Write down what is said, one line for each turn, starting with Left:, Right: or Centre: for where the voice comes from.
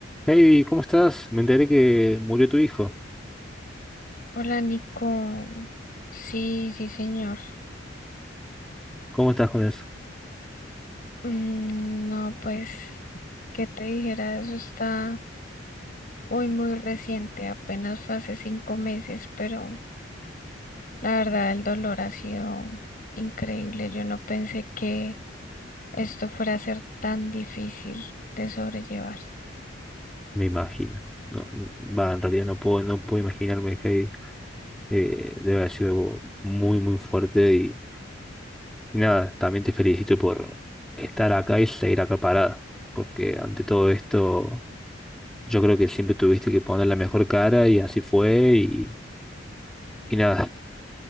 Centre: Hey, ¿cómo estás? Me enteré que murió tu hijo.
Left: Hola, Nico. Sí, sí, señor.
Centre: ¿Cómo estás con eso?
Left: Mm, no, pues, ¿qué te dijera? Eso está muy, muy reciente, apenas fue hace cinco meses, pero la verdad el dolor ha sido increíble. Yo no pensé que esto fuera a ser tan difícil de sobrellevar.
Centre: Me imagino. No, va, en realidad no puedo, no puedo imaginarme que eh, debe haber sido algo muy, muy fuerte. Y, y nada, también te felicito por estar acá y seguir acá parada. Porque ante todo esto, yo creo que siempre tuviste que poner la mejor cara y así fue. Y, y nada,